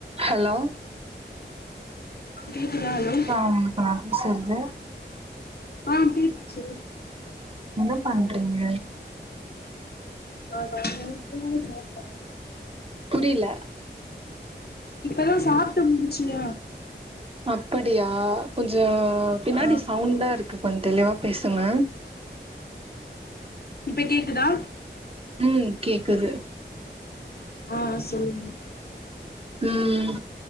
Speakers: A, on the right; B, on the left.
A: Hello
B: கேக்குதா hello
A: உங்களுக்கு நா பேசுறது
B: அ கேக்குது சொல்லுங்க
A: என்ன பண்றீங்க
B: ஆ ச <unintelligible>
A: புரில
B: இப்பதா சாப்ட்டு முடுச்சியா
A: அப்டியா கொஞ்சோம் பின்னாடி
B: ஆ
A: சவுண்டா இருக்கு கொஞ்சோம் தெளிவா பேசுங்க
B: இப்ப கேக்குதா
A: உம் கேக்குது
B: ஆ சொல்லுங்க
A: உம்